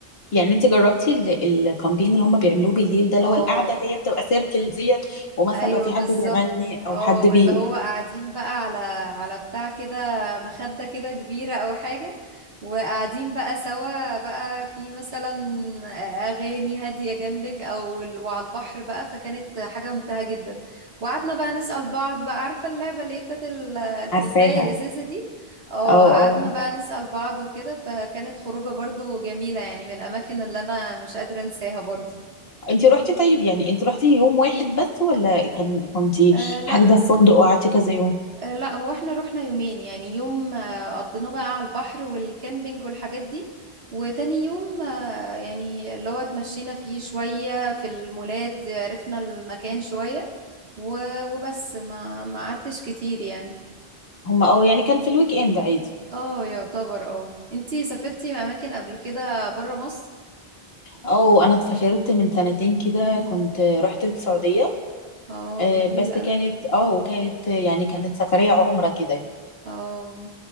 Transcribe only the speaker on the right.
اه
ايوه
بالظبط
اه
واللي
هو قاعدين بقى على على بتاع كده مخدة كده كبيرة او حاجة وقاعدين بقى سوا بقى في مثلا اغاني هادية جنبك او ال- وعلى البحر بقى فكانت حاجة ممتعة جدا وقعدنا بقى نسأل بعض بقى عارفة اللعبة اللي هي بتاعت ال- الكوباية
الازازة دي اه
قعدنا
بقى نسأل بعض وكده فكانت خروجة برضو جميلة يعني من الاماكن اللي انا مش قادرة انساها برضو
آه لا
آه، لا هو احنا رحنا يومين يعني يوم آه، قضيناه بقى على البحر والكامبينج والحاجات دي وتاني يوم آه، يعني اللي هو اتمشينا فيه شوية في المولات عرفنا المكان شوية و- وبس ما ما قعدتش كتير يعني
اه يعتبر اه انتي سافرتي اماكن قبل كده برا مصر
مم.
اه
جميل
قوي
اه